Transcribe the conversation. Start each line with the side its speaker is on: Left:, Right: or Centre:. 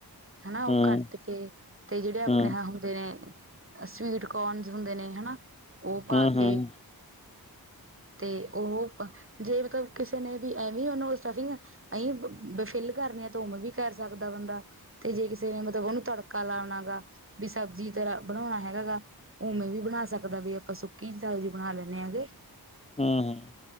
Right: ਹੈਨਾ ਓਹ
Left: ਹਮ
Right: ਕੱਟ ਕੇ, ਤੇ ਜਿੜੇ ਆਪਣੇ
Left: ਹਮ ਹਮ
Right: ਹਾਂ ਹੁੰਦੇ ਨੇ ਸਵੀਟ ਕੋਨ ਹੁੰਦੇ ਨੇ ਹੈਨਾ, ਓ ਪਾ
Left: ਹਮ
Right: ਕੇ
Left: ਹਮ
Right: ਤੇ ਓਹੋ ਜੇ ਮਤਲਬ ਕਿਸੇ ਨੇ ਵੀ ਐਵੇਂ ਓਨੂੰ ਸਟਫਿੰਗ ਐਈ ਬ ਫਿਲ ਕਰਨੇ ਆ ਤਾਂ ਓਮੇ ਵੀ ਕਰ ਸਕਦਾ ਬੰਦਾ ਤੇ ਜੇ ਕਿਸੇ ਨੇ ਮਤਲਬ ਓਨੂੰ ਤੜਕਾ ਲਾਣਾ ਹੈਗਾ, ਵੀ ਸਬਜ਼ੀ ਤਰਾਂ ਬਣਾਉਣਾ ਹੈਗਾ ਗਾ ਉਵੇਂ ਵੀ ਬਣਾ ਸਕਦਾ ਵੀ ਆਪਾਂ ਸੁੱਕੀ ਸਬਜ਼ੀ ਬਣਾ ਲੈਂਦੇ ਹੈਗੇ
Left: ਆਹ-ਹਾਂ।